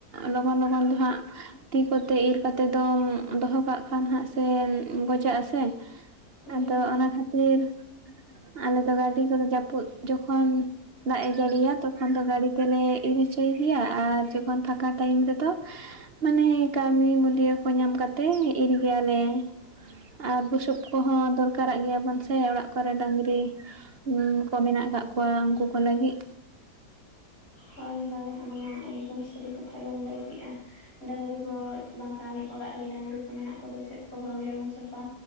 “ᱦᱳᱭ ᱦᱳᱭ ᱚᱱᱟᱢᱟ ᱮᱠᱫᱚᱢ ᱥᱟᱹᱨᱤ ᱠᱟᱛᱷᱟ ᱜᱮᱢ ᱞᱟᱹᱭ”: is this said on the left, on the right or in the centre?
Left